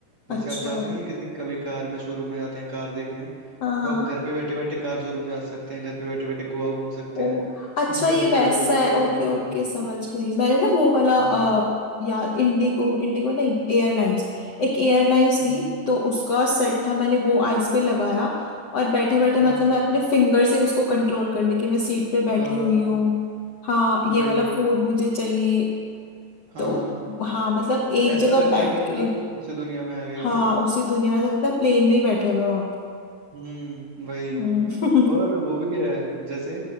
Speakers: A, on the right; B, on the left.
A: जैसे
B: अच्छा
A: आप जाते नहीं है किसी कभी कार में शोरूम में जाते हैं कार देखने
B: हाँ हाँ
A: तो आप घर पे बैठे बैठे कार शोरूम जा सकते हैं घर पे बैठे बैठे गोवा घूम सकते
B: ओ
A: हैं
B: अच्छा
A: <laughs> घर
B: ये वैसा
A: पे बैठे बैठे
B: है
A: अमेरिका
B: ओके ओके समझ गई मैंने ना वो वाला
A: हम्म
B: अ, यार इंडिगो इंडिगो नहीं एयरलाइंस एक एयरलाइंस
A: हम्म
B: थी तो उसका सेट था मैंने वो आइस पे लगाया और बैठे बैठे मतलब
A: हाँ
B: मैं अपने फिंगर से उसको कंट्रोल कर ली कि मैं सीट पे बैठी
A: हाँ
B: हुई हूँ हाँ
A: वही
B: ये वाला फूड मुझे चाहिए
A: हाँ
B: तो हाँ मतलब एक
A: ऐसा
B: जगह
A: लगता
B: बैठ
A: है कि मतलब
B: के
A: उसी दुनिया में आ गए है
B: हाँ
A: ना
B: उसी दुनिया में ऐसा लगता है प्लेन में ही बैठे हुए हो
A: हम्म वही
B: हम्म
A: और
B: <laughs>
A: वो भी है जैसे